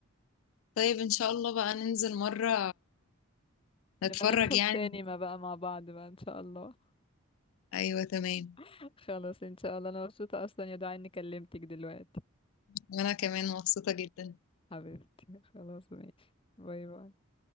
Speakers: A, on the left; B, on the left.
A: طيب إن شاء الله بقى ننزل مرة
B: لما
A: نتفرج
B: ندخل
A: يعني
B: سينما بقى مع بعض بقى ان شاء الله
A: ايوه تمام
B: <laughs> خلاص ان شاء الله انا مبسوطة اصلا يا دعاء اني كلمتك دلوقتي
A: وانا كمان مبسوطة جدا
B: حبيبتي خلاص ماشي باي باي